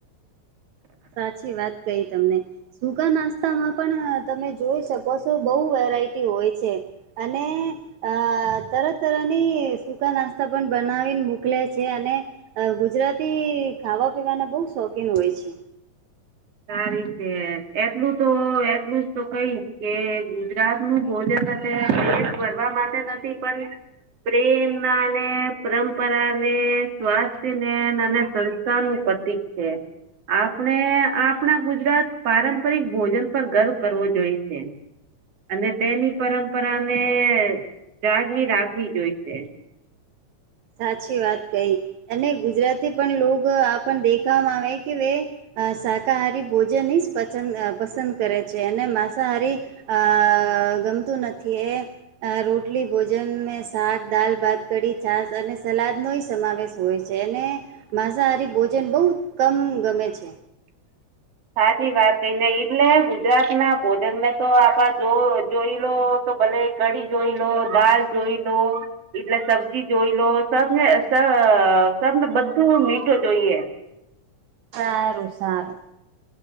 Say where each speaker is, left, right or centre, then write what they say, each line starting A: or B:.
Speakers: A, on the right; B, on the right.
A: સાચી વાત કઈ તમને સૂકા નાસ્તામાં પણ તમે જોઈ શકો છો બહુ વેરાયટી હોય છે અને અ તર તરની સકા નાસ્તા પણ બના મોકલે છે અને ગુજરાતી ખાવા પીવાને બહુ શોખીન હોય છે.
B: સારી છે એટલું તો એટલું જ તો કઈશ કે ગુજરાત નું ભોજન <unintelligible> ભરવા માટે નથી પણ પ્રેમ ના અને પરંપરા ને સ્વાસ્થ્યને અને અને સંસ્થાનું પતિક છે આપણે આપ આપણા ગુજરાત પારંપરિક ભોજન પર ગર્વ કરવો જોઈ છે. અને તેની પરંપરા ને જાળવી રાખવી જોઈશે.
A: સાચી વાત કહી અને ગુજરાતી પણ લોક દેખવામાં આવે કે શાકાહારી ભોજનની જ પંદ પસંદ કરે છે અને માંસાહારી અ ગમતું નથી એ રોટલી ભોજન મે શાક, દાલ, ભાત, કઢી, છાસ અને સલાદનો સમાવેશ હોય છે અને માંસાહારી ભોજન બહુ કમ ગમે છે.
B: <inaudible> સાચી વાત કઈને એટલે ગુજરાત ના ભોજન મેં તો આપ જો જોય લો ભલે કઢી જોઈ લો દાલ જોઈ લો એટલે સબ્જી જોઈ લો હે અ તને બધું મીઠું જોઈએ.
A: સારું સારું.